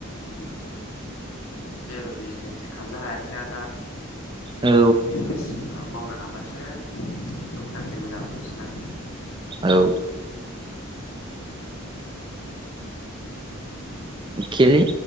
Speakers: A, on the left; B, on the right.
A: बिदिनोसै जेबो बिजनेस खालामनो हायाखैना दा।
B: औ
A: बिजनेस। मा मावनो हाबासो सुख सान्थि मोजां मोनसिन आं।
B: औ। खेलो।